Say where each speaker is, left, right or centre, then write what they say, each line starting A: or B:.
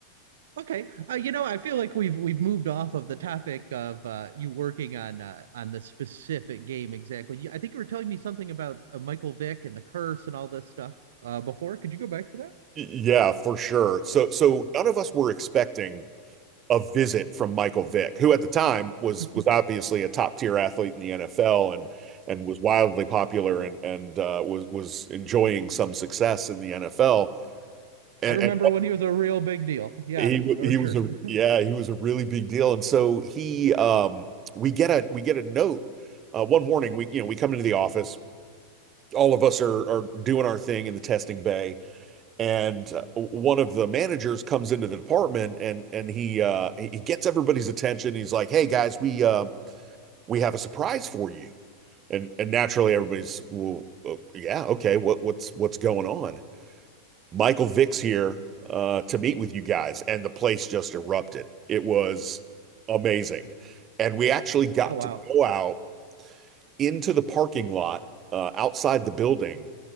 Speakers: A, on the right; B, on the right.
A: Okay. Uh, you know, I feel like we've we've moved off of the topic of uh, you working on uh, on the specific game exactly. You- I think you were telling me something about uh, Michael Vick and the curse and all this stuff uh, before. Could you go back to
B: Y- Yeah, for sure. So so none of us were expecting a visit from Michael Vick, who at the time was
A: that?
B: was obviously a top tier athlete in the NFL and and was wildly popular and and uh, was was enjoying some success in the NFL.
A: <laughs>
B: And,
A: I remember
B: and
A: when he was a real big deal. Yeah,
B: he w-
A: for
B: he
A: sure.
B: was a yeah
A: <laughs>
B: he was a really big deal. And so he um we get a we get a note uh, one morning we you know we come into the office all of us are are doing our thing in the testing bay and uh, one of the managers comes into the department and and he uh he he gets everybody's attention he's like hey guys we uh we have a surprise for you and and naturally everybody's well uh, yeah okay what what's what's going on michael vick's here uh to meet with you guys and the place just erupted it was amazing and we actually got
A: Oh wow.
B: to go out into the parking lot uh outside the building